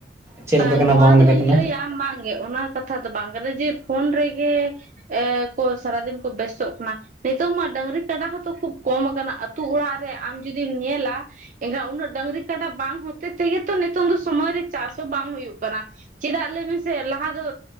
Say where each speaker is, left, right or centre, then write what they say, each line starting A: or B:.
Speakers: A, on the right; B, on the right.
A: ᱪᱮᱫ
B: ᱵᱟᱝ
A: ᱞᱮᱠᱟ ᱠᱟᱱᱟ
B: ᱱᱚᱣᱟ ᱫᱚᱧ
A: ᱞᱮᱠᱟ ᱠᱟᱱᱟ
B: ᱞᱟᱹᱭᱟ ᱵᱟᱝᱜᱮ ᱚᱱᱟ ᱠᱟᱛᱷᱟ ᱫᱚ ᱵᱟᱝ ᱠᱟᱱᱟ ᱡᱮ ᱯᱷᱳᱱ ᱨᱮᱜᱮ ᱮ ᱠᱚ ᱥᱟᱨᱟᱫᱤᱱ ᱠᱚ ᱵᱮᱥᱚᱜ ᱠᱟᱱᱟ ᱱᱤᱛᱳᱜ ᱢᱟ ᱰᱟᱹᱝᱨᱤ ᱠᱟᱰᱟ ᱦᱚᱸᱛᱚ ᱠᱷᱩᱵ ᱠᱚᱢ ᱟᱠᱟᱱᱟ ᱟᱹᱛᱩ ᱚᱲᱟᱜ ᱨᱮ ᱟᱢ ᱡᱩᱫᱤᱢ ᱧᱮᱞᱟ ᱮᱱᱠᱷᱟᱱ ᱩᱱᱟᱹᱜ ᱰᱟᱹᱝᱨᱤ ᱠᱟᱰᱟ ᱵᱟᱝ ᱦᱚᱛᱮ ᱛᱮᱜᱮ ᱛᱚ ᱱᱤᱛᱚᱝ ᱫᱚ ᱥᱚᱢᱚᱭ ᱨᱮ ᱪᱟᱥ ᱵᱟᱝ ᱦᱩᱭᱩᱜ ᱠᱟᱱᱟ ᱪᱮᱫᱟᱜ ᱞᱟᱹᱭ ᱢᱮᱥᱮ ᱞᱟᱦᱟ ᱫᱚ